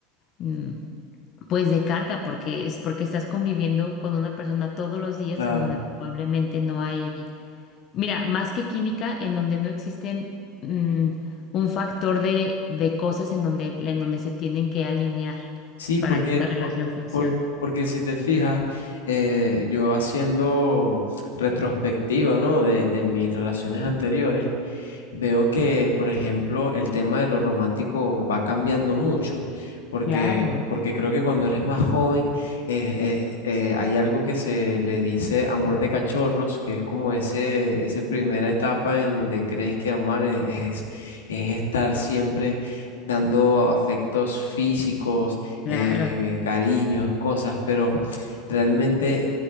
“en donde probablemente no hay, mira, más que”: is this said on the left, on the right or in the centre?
Left